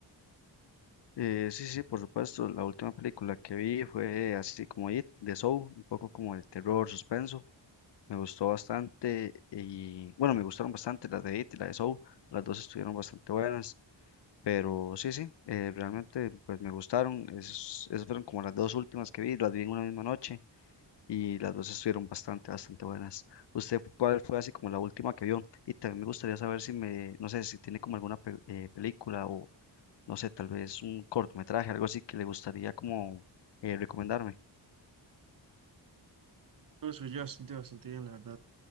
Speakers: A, on the left; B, on the right.
A: Eh, sí, sí, por supuesto. La última película que vi fue así como It, de Soul, un poco como de terror, suspenso. Me gustó bastante y bueno, me gustaron bastante las de It y la de Soul. Las dos estuvieron bastante buenas, pero sí, sí, eh, realmente pues me gustaron. Es- esas fueron como las dos últimas que vi, las vi en una misma noche. y las dos estuvieron bastante, bastante buenas. ¿Usted cuál fue así como la última que vio? Y también me gustaría saber si me, no sé, si tiene como alguna pe- eh, película o, no sé, tal vez un cortometraje, algo así que le gustaría como eh, recomendarme.
B: No, soy yo bastante, bastante bien, la verdad.